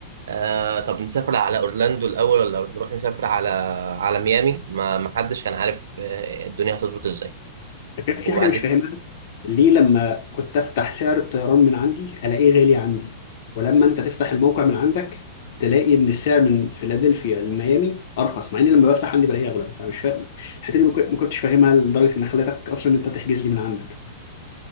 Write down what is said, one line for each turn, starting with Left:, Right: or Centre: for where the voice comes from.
Right: آه طب نسافر على اورلاندو الاول ولا نروح نسافر على على ميامي ما ما حدش كان عارف آه، الدنيا هتظبط ازاي
Left: كان في
Right: وبعد
Left: حاجة مش
Right: ك-
Left: فاهمها ليه لما كنت أفتح سعر الطيران من عندي ألاقيه غالي عندي ولما أنت تفتح الموقع من عندك تلاقي إن السعر من فيلادلفيا لميامي أرخص مع إني لما بفتح عندي بلاقيه أغلى فمش فاهم الحتة دي ما كنت- ما كنتش فاهمها لدرجة إن خلتك أصلا أنت تحجز لي من عندك